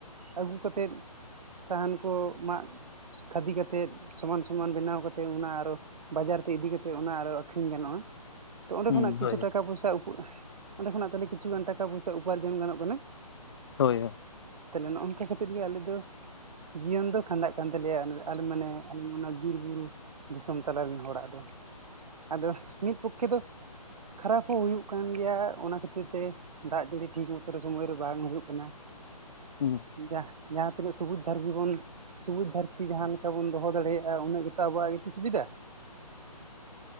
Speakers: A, on the right (about 75°); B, on the left (about 45°).
A: ᱟᱹᱜᱩ ᱠᱟᱛᱮᱫ ᱥᱟᱦᱟᱱ ᱠᱚ ᱢᱟᱜ ᱠᱷᱟᱫᱤ ᱠᱟᱛᱮᱫ ᱥᱚᱢᱟᱱ ᱥᱚᱢᱟᱱ ᱵᱮᱱᱟᱣ ᱠᱟᱛᱮᱫ ᱚᱱᱟ ᱟᱨᱚ ᱵᱟᱡᱟᱨ ᱛᱮ ᱤᱫᱤᱠᱟᱛᱮᱫ ᱚᱱᱟ ᱟᱨᱚ ᱟᱹᱠᱷᱨᱤᱧ ᱜᱟᱱᱚᱜᱼᱟ᱾ ᱛᱚ ᱚᱸᱰᱮ
B: ᱦᱩᱸ
A: ᱠᱷᱚᱱᱟᱜ ᱠᱤᱷᱩ
B: ᱦᱳᱭ
A: ᱴᱟᱠᱟ ᱯᱚᱭᱥᱟ ᱩᱟ, ᱚᱸᱰᱮ ᱠᱷᱚᱱᱟᱜ ᱛᱟᱦᱚᱞᱮ ᱠᱤᱪᱷᱩ ᱜᱟᱱ ᱴᱟᱠᱟ ᱯᱚᱭᱥᱟ ᱩᱯᱟᱨᱡᱚᱱ ᱜᱟᱱᱚᱜ ᱠᱟᱱᱟ᱾
B: ᱦᱳᱭ
A: ᱛᱟᱦᱚᱞᱮ ᱱᱚᱜᱼᱱᱚᱝ ᱠᱟ ᱠᱟᱛᱮᱫ ᱜᱮ ᱟᱞᱮ ᱫᱚ, ᱡᱤᱭᱚᱱ ᱫᱚ ᱠᱷᱟᱸᱰᱟᱜ ᱠᱟᱱ ᱛᱟᱞᱮᱭᱟ ᱟᱞᱮ ᱢᱟᱱᱮ ᱟᱞᱮ ᱚᱱᱟ ᱵᱤᱨ ᱵᱩᱨᱩ, ᱫᱤᱥᱚᱢ ᱛᱟᱞᱟ ᱨᱮᱱ ᱦᱚᱲᱟᱜ ᱫᱚ᱾ ᱟᱫᱚ ᱢᱤᱫ ᱯᱚᱠᱠᱷᱮ ᱫᱚ, ᱠᱷᱟᱨᱟᱯ ᱦᱚᱸ ᱦᱩᱭᱩᱜ ᱠᱟᱱ ᱜᱮᱭᱟ ᱚᱱᱟ ᱠᱷᱟᱹᱛᱤᱨ ᱛᱮ ᱫᱟᱜ ᱡᱟᱹᱲᱤ ᱴᱷᱤᱠ ᱢᱚᱛᱚ ᱨᱮ ᱥᱳᱢᱚᱭ ᱨᱮ ᱵᱟᱝ ᱦᱩᱭᱩᱜ ᱠᱟᱱᱟ᱾
B: ᱦᱩᱸ
A: ᱡᱟ ᱡᱟᱦᱟᱸ ᱛᱤᱱᱟᱹᱜ ᱥᱩᱵᱩᱡ ᱫᱷᱟᱨ ᱡᱤᱵᱚᱱ ᱥᱩᱵᱩᱡ ᱫᱷᱟᱹᱨᱛᱤ ᱡᱟᱦᱟᱸ ᱞᱮᱠᱟ ᱵᱚᱱ ᱫᱚᱦᱚ ᱫᱟᱲᱮᱭᱟᱜᱼᱟ ᱩᱱᱟᱹᱜ ᱜᱮᱛᱚ ᱟᱵᱚᱣᱟᱜ ᱜᱮᱛᱚ ᱥᱩᱵᱤᱫᱷᱟ᱾